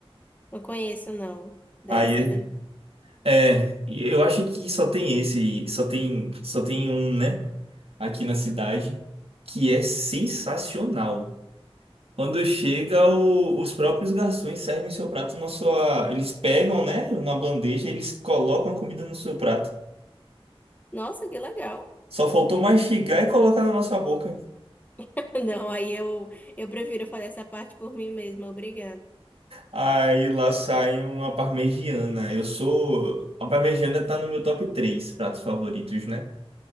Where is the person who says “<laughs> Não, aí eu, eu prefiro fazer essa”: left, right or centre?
Left